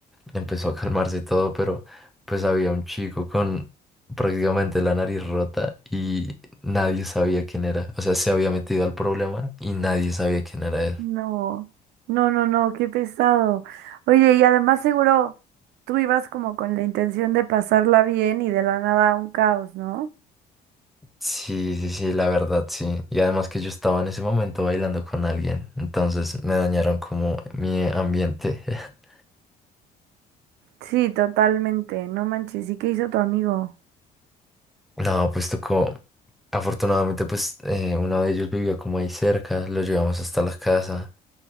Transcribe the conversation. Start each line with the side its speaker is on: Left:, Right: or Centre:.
Centre: empezó a calmarse todo, pero pues había un chico con prácticamente la nariz rota y nadie sabía quién era, o sea, se había metido al problema y nadie sabía quién era él.
Right: No, no, no, no, qué pesado. Oye, y además seguro tú ibas como con la intención de pasarla bien y de la nada un caos, ¿no?
Centre: Sí, sí, sí, la verdad, sí. Y además que yo estaba en ese momento bailando con alguien, entonces me dañaron como mi ambiente. <laughs>
Right: Sí, totalmente. No manches, ¿y qué hizo tu amigo?
Centre: No, pues tocó. Afortunadamente, pues eh, uno de ellos vivía como ahí cerca, lo llevamos hasta la casa.